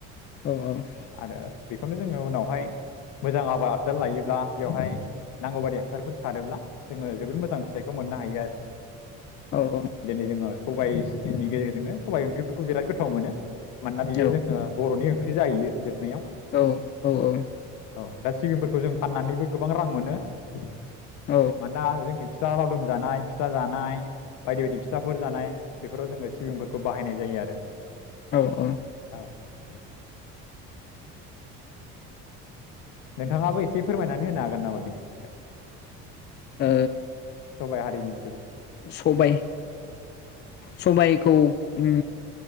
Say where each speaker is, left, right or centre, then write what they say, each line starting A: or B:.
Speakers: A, on the left (about 35°); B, on the left (about 75°).
A: औ
B: आरो बेखौ खौनो जोङो उनावहाय मोजां आबाद आबजाद लायोब्ला बेवहाय नांगौ बादि हासारफोर सारोब्ला जोङो जोबोद मोजां फिथाइखौ मोननो हायो आरो <unintelligible>
A: औ औ
B: सबायाइनि गेजेरजोंनो सबाइ ओंख्रिफोरखौ बिराद गो थाव मोनो मानोना बियो
A: औ
B: जोंनो बर'नि ओं ख्रि जाहैयो जोबनायाव
A: औ औ औ
B: औ दा सिबिंफोरखौ जों फाननानैबो गोबां रां मोनो ।
A: औ
B: मानोना फिथा लावदुम जानाय, फिथा जानाय बायदि बायदि फिथाफोर जानाय, बेफोराव जोङो सिबिंफोरखौ बाहायनाय जायो आरो ।
A: औ औ
B: <unintelligible> नोंथाङाबो एसे फोरमायनानै होनो हागोन नामा? बिनि बागै ।
A: ओ
B: सबायाइ हारिनि
A: सबाय सबायखौ ओ